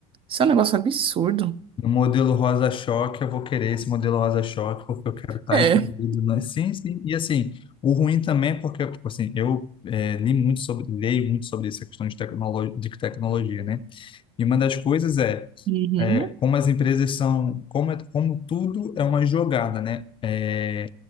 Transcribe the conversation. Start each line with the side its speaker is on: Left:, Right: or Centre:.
Right: isso é um negócio absurdo.
Left: No modelo rosa-choque, eu vou querer esse modelo rosa-choque, porque eu quero estar
Right: É.
Left: incluído. Né? Sim, sim. E assim, o ruim também é porque, tipo assim, eu eh, li muito sobre, leio muito sobre essa questão de, tecnolo de tecnologia, né? E uma das coisas é,
Right: Uhum.
Left: eh, como as empresas são, como, é- como tudo é uma jogada, né? Eh,